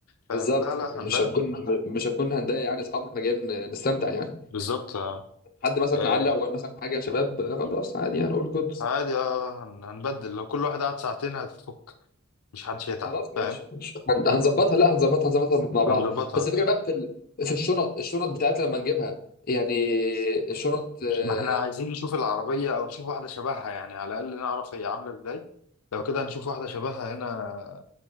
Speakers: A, on the left (about 80°); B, on the left (about 40°).
A: فاهم
B: بالظبط
A: لا لا
B: إحنا
A: هنبدل
B: مش هنكون مش هنكون هنضايق يعني اصحابنا احنا جايين نستمتع يعني
A: بالظبط اه
B: حد مثلا
A: آه،
B: علق وقال مثلا حاجه يا شباب آه، خلاص عادي يعني قول جود
A: عادي اه هن- هنبدل لو كل واحد قعد ساعتين هتفك مش حدش هيتعب
B: خلاص ماشي
A: فاهم
B: مش هن- هنظبطها لا هنظبطها هنظبطها مع بعض
A: هنظبطها
B: بس الفكره بقى في ال- في الشنط الشنط بتاعتنا لما نجيبها يعني الشنط آه،
A: ما احنا عايزين نشوف العربيه او نشوف واحده شبهها يعني على الاقل نعرف هي عامله ازاي لو كده هنشوف واحده شبهها هنا